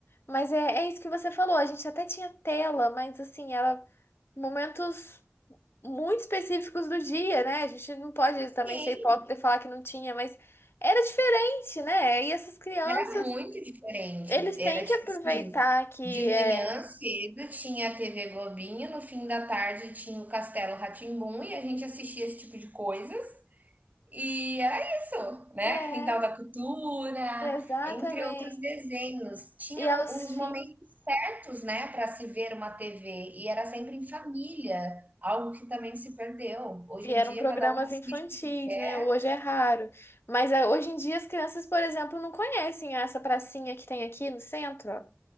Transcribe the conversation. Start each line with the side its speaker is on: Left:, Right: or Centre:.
Left: Mas é, é isso que você falou. A gente até tinha tela, mas assim, era momentos muito específicos do dia, né? A gente não pode
Right: Sim,
Left: também ser hipócrita e falar que não tinha, mas era diferente, né? E essas crianças,
Right: era muito diferente.
Left: eles
Right: Era
Left: têm
Right: tipo
Left: que aproveitar
Right: assim,
Left: que
Right: de
Left: é.
Right: manhã cedo tinha a TV Globinho, no fim da tarde tinha o Castelo rá tim e a gente assistia esse tipo de coisas. E era isso, né?
Left: É,
Right: Quintal da Cultura,
Left: exatamente.
Right: entre outros desenhos. Tinham
Left: E aos
Right: uns
Left: fins.
Right: momentos certos, né, para se ver uma TV, e era sempre em família, algo que também se perdeu. Hoje
Left: E
Right: em
Left: eram
Right: dia,
Left: programas
Right: cada um assiste
Left: infantis,
Right: o que quer.
Left: né? Hoje é raro. Mas ah, hoje em dia as crianças, por exemplo, não conhecem essa pracinha que tem aqui no centro.